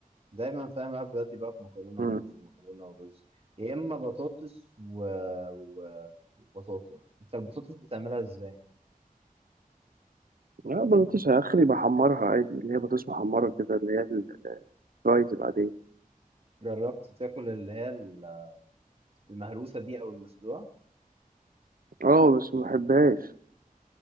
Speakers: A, on the right; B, on the right.
A: دايما فاهم بقى بيودي بقى في مكرونه
B: مم.
A: ورز مكرونه ورز يا اما بطاطس و... و... وبطاطا انت البطاطس بتعملها ازاي
B: لا بطاطس اخري بحمرها عادي اللي هي بطاطس محمرة كده اللي هي الفرايز العادية
A: جربت تاكل اللي هي ال- المهروسه دي او المسلوقه
B: اه بس ما بحبهاش